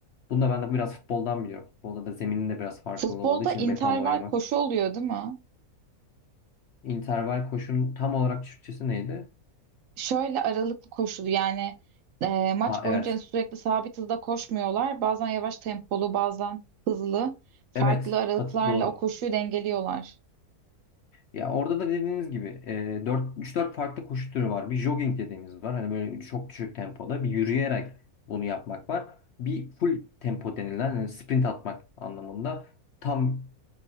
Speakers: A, on the left; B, on the right.
A: Bunu da ben de biraz futboldan biliyorum. Futbolda da zeminin de biraz farklılığı
B: Futbolda
A: olduğu için
B: interval
A: betonda oynamak.
B: koşu oluyor değil mi?
A: İnterval koşunun tam olarak Türkçesi neydi?
B: şöyle aralıklı koşulu yani e, maç
A: Aa
B: boyunca
A: evet.
B: sürekli sabit hızda koşmuyorlar. Bazen yavaş tempolu, bazen hızlı. Farklı
A: Evet.
B: aralıklarla
A: Kat doğru.
B: o koşuyu dengeliyorlar.
A: Ya orada da dediğiniz gibi e, 4 3-4 farklı koşu türü var. Bir jogging dediğimiz var. Hani böyle çok düşük tempoda bir yürüyerek bunu yapmak var. Bir full tempo denilen hani sprint atmak anlamında tam